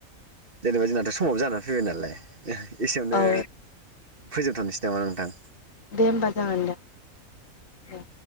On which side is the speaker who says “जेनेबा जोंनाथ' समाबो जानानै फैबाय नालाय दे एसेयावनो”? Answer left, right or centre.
Right